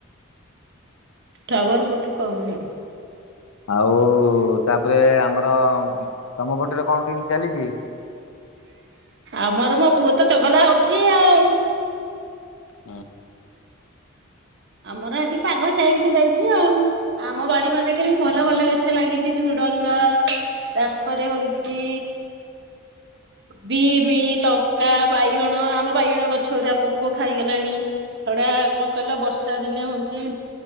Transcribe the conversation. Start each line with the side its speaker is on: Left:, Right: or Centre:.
Right: ଟାୱାର୍ ବୋଧେ ପାଉନି?
Left: ଆଉ ତାପରେ ଆମର ତମ ପଟରେ କଣ କେମତି ଚାଲିଚି?
Right: ଆମର ମୋ ପୁଅ ତ ଚଗଲା ହଉଚି ଆଉ।
Left: ହୁଁ।
Right: ଆମର ଏଠି ପାଗ ସେଇଛି ଦେଇଚି ଆଉ। ଆମ ବାଡି ମାନଙ୍କରେ ବି ଭଲ ଭଲ ଗଛ ଲାଗିଚି ଝୁଡ଼ଙ୍ଗ ତାପରେ ହଉଚି ବିମି ଲଙ୍କା ବାଇଗଣ ଆମ ବାଇଗଣ ଗଛ ଗୁରା ପୋକ ଖାଇଗଲାଣି। ହାଡ଼େ କଁ କହିଲ ବର୍ଷା ଦିନେ ହଉଚି